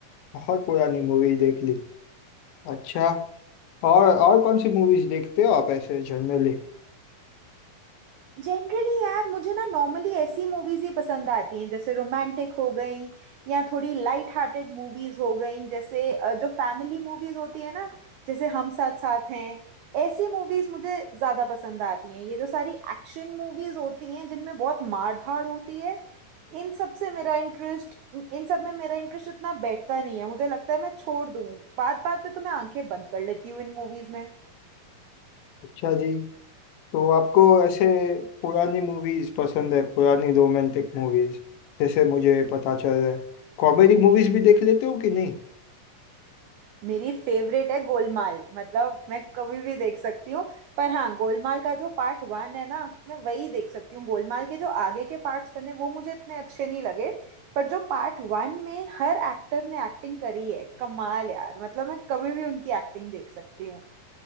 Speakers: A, on the left; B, on the right.
A: बहुत पुरानी मूवी देख ली अच्छा और और कौन सी मूवीज देखते हो आप ऐसे जनरली
B: जनरली यार मुझे ना नॉर्मली ऐसी मूवीज ही पसंद आती हैं जैसे रोमांटिक हो गई या थोड़ी लाइट हार्टेड मूवीज हो गई जैसे अ, जो फैमिली मूवीज होती है ना जैसे हम साथ साथ हैं ऐसी मूवीज मुझे ज्यादा पसंद आती हैं ये जो सारी एक्शन मूवीज होती हैं जिनमें बहुत मार धाड़ होती है इन सब से मेरा इंटरेस्ट इन सब में मेरा इंटरेस्ट इतना बैठता नहीं है मुझे लगता है मैं छोड़ दूँ बात बात पे तो मैं आंखें बंद कर लेती हूँ इन मूवीज में
A: अच्छा जी तो आपको ऐसे पुरानी मूवीज पसंद है पुरानी रोमांटिक मूवीज जैसे मुझे पता चल रहा है कॉमेडी मूवीज भी देख लेते हो कि नहीं
B: मेरी फेवरेट है गोलमाल मतलब मैं कभी भी देख सकती हूँ पर हाँ गोलमाल का जो पार्ट वन है ना मैं वही देख सकती हूँ गोलमाल के जो आगे के पार्ट्स बने वो मुझे इतने अच्छे नहीं लगे पर जो पार्ट वन में हर एक्टर ने एक्टिंग करी है कमाल यार मतलब मैं कभी भी उनकी एक्टिंग देख सकती हूँ